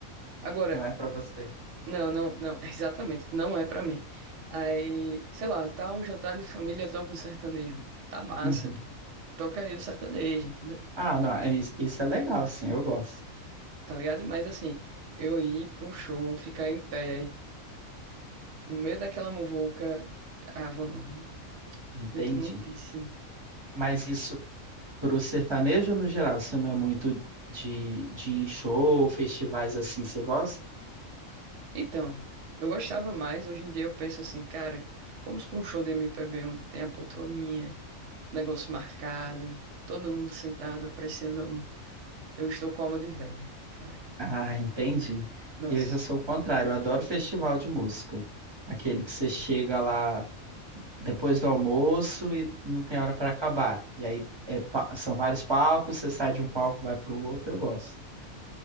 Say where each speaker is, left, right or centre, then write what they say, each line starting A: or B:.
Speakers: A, on the right; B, on the right.
A: Agora,
B: Não é pra você.
A: não, não, não, <laughs> exatamente, não é pra mim. Aí, sei lá, tá um jantar de família, toca um sertanejo. Tá massa,
B: Uhum.
A: pô. Toca aí o sertanejo, entendeu?
B: Ah, não, é isso isso é legal, sim, eu gosto.
A: Tá ligado? Mas assim, eu ir pra um show, ficar em pé, no meio daquela muvuca. Ah, vou não, viu?
B: Entendi.
A: Sinto muitíssimo.
B: Mas isso Pro sertanejo no geral, você não é muito de, de ir em show, festivais assim, você gosta?
A: Então, eu gostava mais. Hoje em dia eu penso assim, cara, vamos pra um show de MPB onde tem a poltroninha, o negócio marcado, todo mundo sentado apreciando a música. Eu estou com alma de velha, cara.
B: Ah, entendi.
A: Nossa,
B: Eu já sou o contrário, eu adoro festival de música. Aquele que você chega lá depois do almoço e não tem hora para acabar. E aí é pa- são vários palcos, você sai de um palco, vai para o outro, eu gosto.